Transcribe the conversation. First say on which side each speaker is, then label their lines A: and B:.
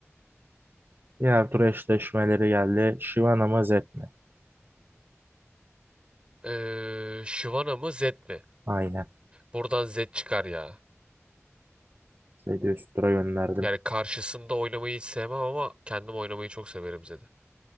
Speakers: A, on the right (about 45°); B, on the right (about 20°).
A: Diğer tur eşleşmeleri geldi. Shyvana mı Zed mi?
B: Ee, Shyvana mı Zed mi?
A: Aynen.
B: Buradan Zed çıkar ya.
A: Zed'i üst tura gönderdim.
B: Yani karşısında oynamayı hiç sevmem ama kendim oynamayı çok severim Zed'i.